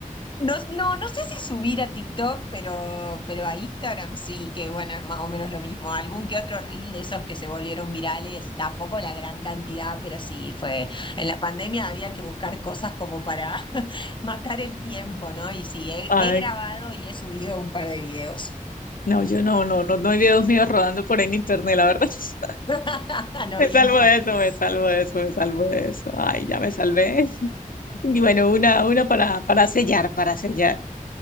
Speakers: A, on the left; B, on the left.
A: No, no, no sé si subir a TikTok, pero, pero a Instagram sí, que bueno, es más o menos lo mismo. Algún que otro reel de esos que se volvieron virales, tampoco la gran cantidad, pero sí fue. En la pandemia había que buscar cosas como para <laughs> matar el tiempo, ¿no? Y sí, he,
B: Ay,
A: he grabado y he subido un par de videos.
B: no, yo no, no, no, no hay videos míos rodando por ahí en internet, la verdad. <laughs>
A: <laughs> A lo
B: Me
A: bien
B: salvo
A: que
B: de
A: haces.
B: eso, me salvo de eso, me salvo de eso. Ay, ya me salvé. <laughs> Y bueno, una, una para, para sellar, para sellar.